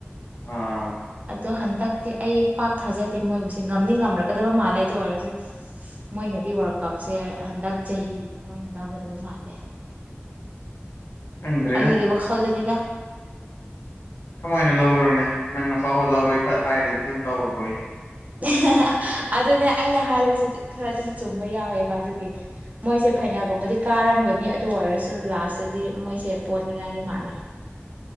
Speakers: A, on the left; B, on the right.
A: ꯑꯥ
B: ꯑꯗꯣ ꯍꯟꯗꯛꯇꯤ ꯑꯩ ꯄꯥꯛ ꯊꯥꯖꯗꯦ ꯃꯣꯏꯕꯨꯁꯦ ꯉꯝꯅꯤ ꯉꯝꯔꯛꯀꯗꯕ ꯃꯥꯜꯂꯦ ꯗꯨꯑꯣꯏꯔꯁꯨ ꯃꯣꯏꯅꯗꯤ ꯋꯥꯔꯜ ꯀꯞꯁꯦ ꯍꯟꯗꯛ ꯆꯍꯤꯒꯤꯗꯤ ꯃꯣꯏꯅ ꯂꯧꯒꯗꯕ ꯃꯥꯟꯗꯦ
A: ꯈꯪꯗ꯭ꯔꯦꯗ
B: ꯑꯩꯒꯤ ꯋꯥꯈꯜꯗꯅꯤꯒ
A: ꯀꯃꯥꯏꯅ ꯂꯧꯈꯔꯣꯅꯦ ꯅꯪꯅ ꯐꯥꯎꯕ ꯂꯧꯔꯣꯏ ꯈ ꯍꯥꯏꯔꯦꯗꯤ ꯑꯗꯨꯝ ꯂꯧꯔꯔꯣꯏꯅꯦ
B: <unintelligible> ꯑꯗꯨꯅꯦ ꯑꯩꯅ ꯍꯥꯏꯕꯁꯦ ꯈꯔ ꯑꯗꯨꯝ ꯆꯨꯝꯕ ꯌꯥꯎꯋꯦꯕ ꯑꯗꯨꯒꯤ ꯃꯣꯏꯁꯦ ꯐꯩꯅꯥꯜꯒꯨꯝꯕꯗꯤ ꯀꯥꯔꯝꯒꯅꯤ ꯑꯗꯨ ꯑꯣꯏꯔꯁꯨ ꯂꯥꯁꯇꯗꯤ ꯃꯣꯏꯁꯦ ꯄꯣꯟꯅꯤꯡꯉꯥꯏꯗꯤ ꯃꯥꯜꯂꯦ
A: <inaudible>